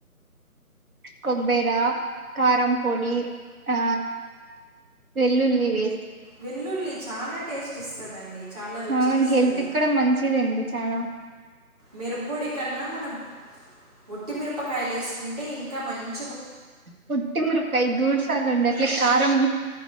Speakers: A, on the right; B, on the right.
A: కొబ్బేరా కారం పొడి ఆ వెల్లుల్లిి వే
B: వెల్లుల్లి చాలా టేస్ట్ ఇస్తదండి చాలా రుచినిస్తుది
A: అవును హెల్త్ కూడా మంచిదండి చాలా
B: మెరబొడి కన్నా మనం ఒట్టిమిరపకాయలు వేసుకుంటే ఇంకా మంచి
A: పుట్టి మురుపాై దూడు సాల ఉంది అట్ల కారం